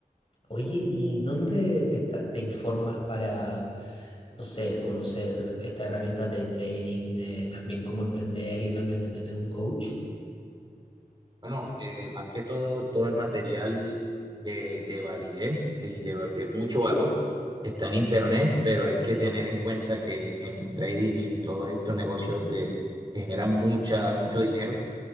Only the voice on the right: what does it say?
Bueno, eh, más que todo, todo el material de, de validez y de, de mucho valor está en Internet, pero hay que tener en cuenta que en el trading y en todos estos negocios de, que generan mucha, mucho dinero,